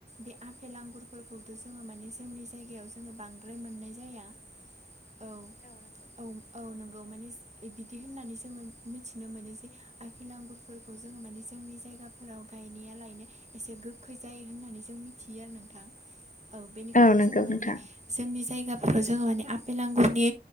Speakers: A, on the right; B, on the left.
A: बे आफेल आंगुरफोरखौथ' जोङो मानिे जोंनि जायगायाव जोङो बां द्राय मोननाय जाया औ औ औ नोंगौ माने बिदि होननानै जोङो मिथिनो मोनो जे आफेल आंगुर फोरफोरखौ जोङो माने जोंनि जायगाफोराव गायनाया लायनो एसे गोखै जायो होननानै जों मिथियो आरो नोंथां
B: <inaudible>
A: औ बेनिखायनो
B: औ नंगौ
A: जोंङो माने
B: नोंथां
A: जोंनि जायगाफोराव जोङो माने आफेल आंगुरनि